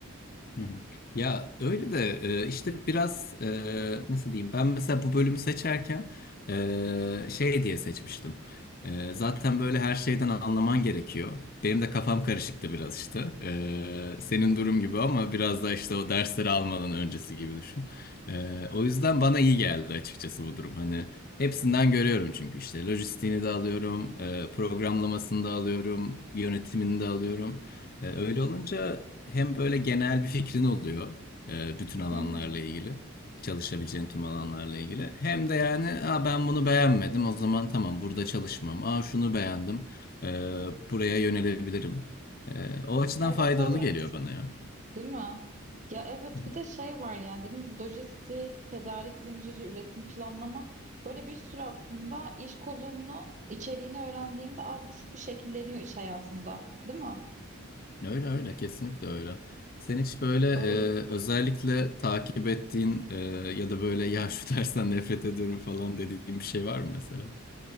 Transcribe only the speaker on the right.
Hı hı.
Evet
evet.
Değil mi? Ya evet
bir de şey var yani dediğim gibi lojistik, tedarik zinciri, üretim planlama böyle bir sürü aslında iş kolunu içeriğini öğrendiğinde az buçuk bir şekilleniyor iş hayatında. Değil mi?
Öyle.